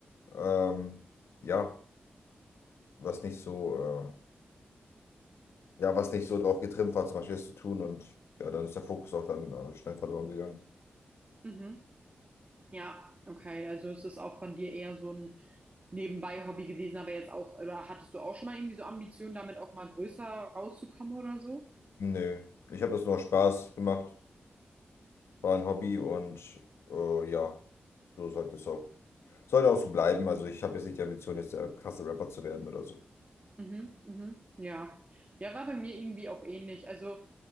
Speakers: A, on the left (about 85°); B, on the right (about 35°).
A: ähm, ja, was nicht so, äh, ja, was nicht so drauf getrimmt war, zum Beispiel das zu tun und ja, dann ist der Fokus auch dann äh, schnell verloren gegangen.
B: Mhm. Ja, okay. Also ist das auch von dir eher so ein Nebenbei-Hobby gewesen, aber jetzt auch, oder hattest du auch schon mal irgendwie so Ambitionen, damit auch mal größer rauszukommen oder so?
A: Nö, ich habe das nur aus Spaß gemacht, war ein Hobby und äh, ja, so sollte es auch. Sollte auch so bleiben. Also ich habe jetzt nicht die Ambition, jetzt der krasse Rapper zu werden oder so.
B: Mhm, mhm, ja. Ja, war bei mir irgendwie auch ähnlich. Also